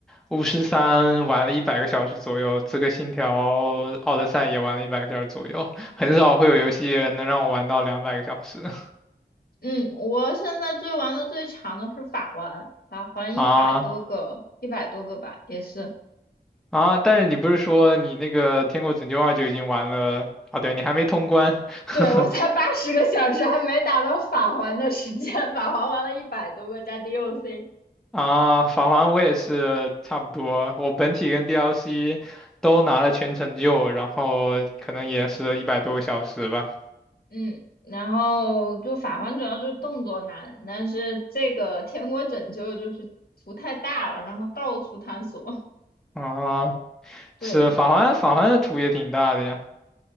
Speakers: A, in the centre; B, on the left.
A: 《巫师三》玩了一百个小时左右，《刺客信条：奥德赛》也玩了一百个小时左右，很少会有游戏能让我玩到两百个小时
B: 嗯，我现在最玩的最长的是法环，法环一百多个，
A: <laughs> 啊。
B: 一百多个吧，也是。
A: 啊，但是你不是说你那个《天国拯救二》就已经玩了啊？对，你还没通关。<laughs>
B: 对，我才八十个小时，还没达到法环的时间，法环玩了一百多个加 DLC。
A: 啊，法环我也是差不多，我本体跟 DLC 都拿了全成就，然后可能也是一百多个小时吧。
B: 嗯，然后就法环主要就是动作难，但是这个天国拯救就是图太大了，然后到处探索。
A: 啊，
B: <laughs> 对，
A: 是法环，法环的图也挺大的呀。